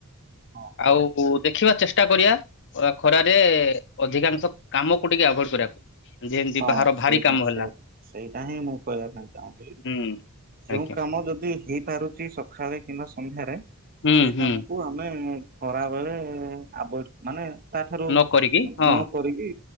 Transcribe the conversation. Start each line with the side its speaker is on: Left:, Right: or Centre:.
Right: ହଁ।
Left: ଆଉ ଦେଖିବା ଚେଷ୍ଟା କରିବା ଖରାରେ ଅଧିକାଂଶ କାମକୁ ଟିକେ ଆଭଏଡ କରିବାକୁ ଯେମିତି ବାହାର
Right: ହଁ ସେଇଟା
Left: ଭାରି କାମ ହେଲା
Right: ସେଇଟା ସେଇଟା ହିଁ ମୁଁ କହିବା ପାଇଁ ଚାହୁଁଥିଲି।
Left: ହୁଁ
Right: ଯୋଉ
Left: ଆଜ୍ଞା
Right: କାମ ଯଦି ହେଇପାରୁଛି ସକାଳେ କିମ୍ବା ସନ୍ଧ୍ୟାରେ
Left: ହୁଁ
Right: ସେ
Left: ହୁଁ
Right: କାମକୁ ଆମେ ଖରା ବେଳେ ଆବ ମାନେ ତାଠାରୁ
Left: ନ କରିକି ହଁ
Right: ନ କରିକି